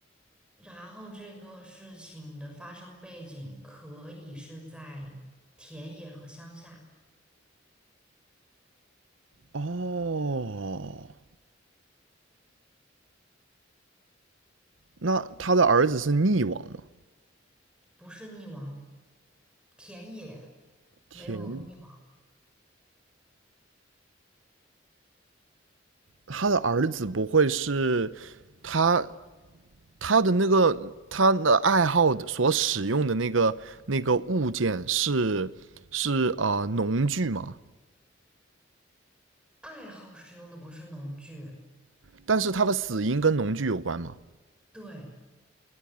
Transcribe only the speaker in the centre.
然后这个事情的发生背景可以是在田野和乡下，
不是溺亡，田野
没有溺亡。
爱好使用的不是农具，
对。